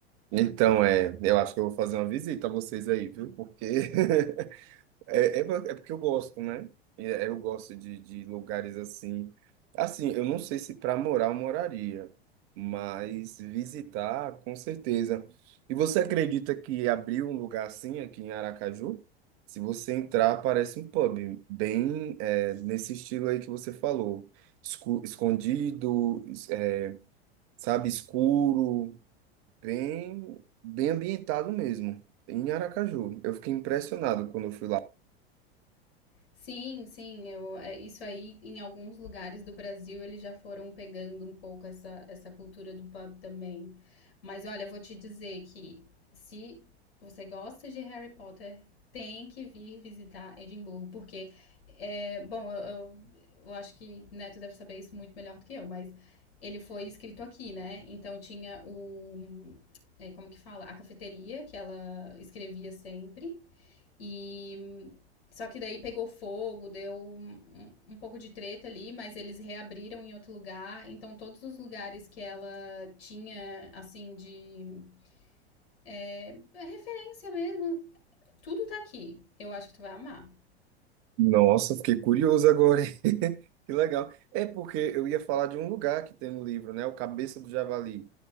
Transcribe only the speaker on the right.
Então, é, eu acho que eu vou fazer uma visita a vocês aí, viu? Porque <laughs> É, é, por- é porque eu gosto, né? É, é, Eu gosto de, de lugares assim. Assim, eu não sei se para morar eu moraria, mas visitar, com certeza. E você acredita que abriu um lugar assim aqui em Aracaju? Se você entrar, parece um pub, bem é, nesse estilo aí que você falou. Escu- Escondido, es- é, sabe, escuro, bem, bem ambientado mesmo, em Aracaju. Eu fiquei impressionado quando eu fui lá.
Nossa, fiquei curioso agora. hein? <laughs> Que legal. É porque eu ia falar de um lugar que tem no livro, né? O Cabeça do Javali.